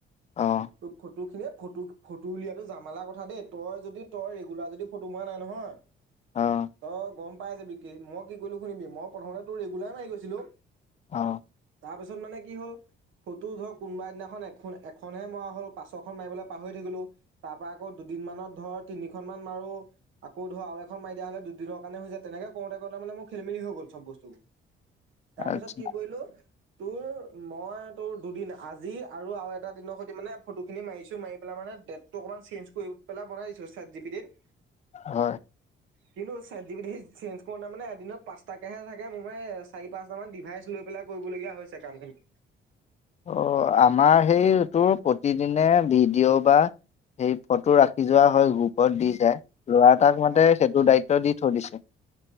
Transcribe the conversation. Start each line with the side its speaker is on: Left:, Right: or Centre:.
Left: অ'।
Right: তোৰ ফটো খিনি ফটো তোৰ উলিয়াটো জামালা কথা দেই তই যদি তই ৰেগুলাৰ যদি ফটো মৰা নাই নহয়
Left: অ',
Right: তই গম পাই যাবি, কি মই কি কলো শুনিবি মই প্ৰথমতে তোৰ ৰেগুলাৰ মাৰি গৈছিলো
Left: অ'।
Right: তাৰপিছত মানে কি হ'ল ফটো ধৰক কোনবা এদিনাখন এখন এখনহে মৰা হ'ল পাছৰখন মাৰিবলৈ পাহৰি থাকিলো। তাৰ পৰা আকৌ দুদিন মানত ধৰ তিনিখন মান মাৰো আকৌ ধৰ আৰু এখন মাৰি দিয়া হলে দুদিনৰ কাৰণে হৈ যায়। তেনেকে কৰোতে কৰোতে মানে মোৰ খেলিমেলি হৈ গ'ল চব বস্তুবোৰ। তাৰ
Left: আচ্ছা
Right: পিছত কি কৰিলো তোৰ মই তোৰ দুদিন আজি আৰু আৰু এটা দিনৰ সৈতি মানে ফটোখিনি মাৰিছো মাৰি পেলাই মানে ডেট টো অকণমান চেঞ্জ কৰি পেলাই বনাই দিছো চেট জি পি টিত।
Left: হয়।
Right: কিন্তু চেট জি পি টিত চেঞ্জ কৰোতে মানে এদিনত পচটাকেহে থাকে। মোৰ মানে চাৰি-পাঁচটা মান ডিভাইচ লৈ পেলাই কৰিবলগীয়া হৈছে কাম খিনি।
Left: অহ আমাৰ সেই তোৰ প্ৰতিদিনে ভিডিঅ' বা সেই ফটো ৰাখি যোৱা হয়, গ্ৰুপত দি যায়। ল'ৰা এটাক মাতে
Right: অ
Left: সেইটো দায়িত্ব দি থৈ দিছে।